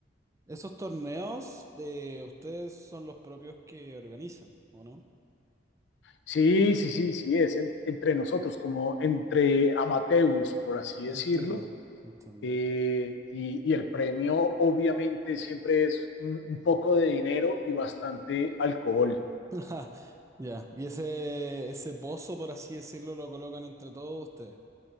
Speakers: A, on the right (about 15°); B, on the left (about 70°).
A: ¿Esos torneos de ustedes son los propios que organizan, o no?
B: Sí, sí, sí, sí, es en- entre nosotros, como entre amateurs, por así
A: Entiendo,
B: decirlo.
A: entiendo.
B: Eh, y, y el premio obviamente siempre es un, un poco de dinero y bastante alcohol.
A: <laughs> Ja, ya. Y ese, ese pozo, por así decirlo, lo colocan entre todos ustedes.